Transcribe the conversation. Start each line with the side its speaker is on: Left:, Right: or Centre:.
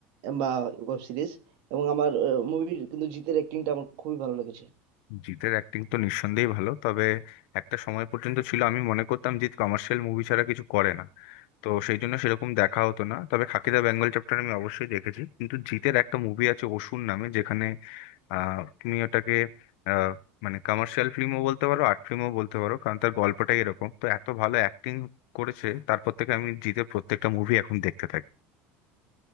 Right: বা ওয়েব সিরিজ এবং আমার মুভির কিন্তু জিতের অ্যাক্টিংটা আমার খুবই ভালো লেগেছে
Left: জিতের অ্যাক্টিং তো নিঃসন্দেহেই ভালো তবে একটা সময় পর্যন্ত ছিল আমি মনে করতাম জিৎ কমার্শিয়াল মুভি ছাড়া কিছু করে না তো সেই জন্য সেরকম দেখা হতো না তবে খাকি দা বেঙ্গল চ্যাপ্টার আমি অবশ্যই দেখেছি কিন্তু জিতের একটা মুভি আছে অসুর নামে যেখানে আহ তুমি ওটাকে আহ মানে কমার্শিয়াল ফিল্মও বলতে পারো আর্ট ফিল্মও বলতে পারো কারণ তার গল্পটাই এরকম তো এত ভালো অ্যাক্টিং করেছে তারপর থেকে আমি জিতের প্রত্যেকটা মুভি এখন দেখতে থাকি